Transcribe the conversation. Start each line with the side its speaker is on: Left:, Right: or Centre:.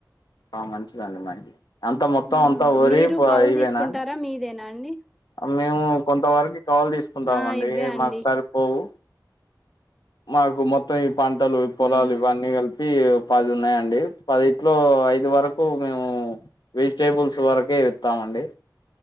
Left: ఆహ్ మంచిదండి మరి అంత మొత్తం
Centre: ఆ
Left: అంతా వరి
Centre: మీరు
Left: పోయి
Centre: కౌలు
Left: ఇవేనా.
Centre: తీసుకుంటారా మీదేనా అండి
Left: మేము కొంతవరకు కావుల్ తీసుకుంటామండి
Centre: ఆ ఇవ్వే అండి
Left: మాకుసారి పోవు. మాకు మొత్తం ఈ పంటలు పొలాలు
Centre: మ్మ్
Left: ఇవన్నీ కలిపి. పి ఇగ పది ఉన్నాయండి. పదిట్లో ఐదు వరకు మేము వెజిటేబుల్స్ వరకే. ఎస్తామండి